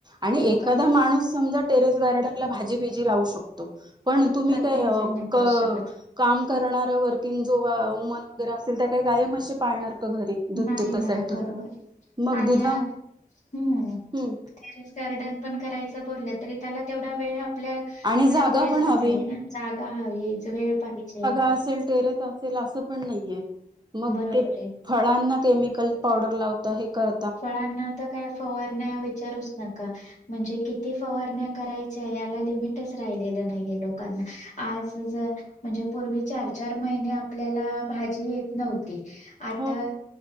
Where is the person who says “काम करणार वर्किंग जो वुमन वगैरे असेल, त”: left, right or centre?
Right